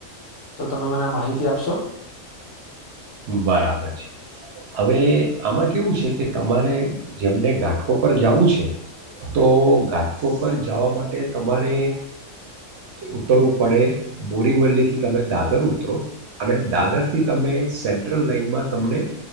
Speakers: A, on the left (about 55°); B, on the right (about 65°).
A: તો તમે મને આ માહિતી આપશો?
B: બરાબર છે હવે આમાં કેવું છે કે તમારે જેમને ઘાટકો પર જવું છે તો ઘાટકો પર જવા માટે તમારે ઉતરવું પડે બોરીવલ્લીથી તમે દાદર ઉતરો અને દાદર થી તમે સેન્ટ્રલ માં તમને